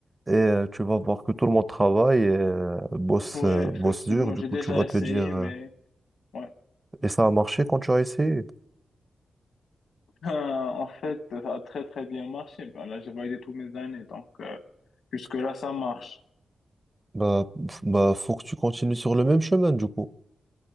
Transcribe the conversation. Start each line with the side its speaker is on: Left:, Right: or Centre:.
Right: et euh, tu vas voir que tout le monde travaille et euh, bosse,
Left: ouais
Right: euh,
Left: effectivement.
Right: bosse dur. Du
Left: J'ai
Right: coup,
Left: déjà
Right: tu vas
Left: essayé,
Right: te dire, euh,
Left: mais ouais.
Right: et ça a marché quand tu as essayé.
Left: Euh, en fait, ça a très très bien marché. Ben là, j'ai validé tous mes années, donc euh, jusque-là, ça marche.
Right: Bah, f- bah, faut que tu continues sur le même chemin, du coup.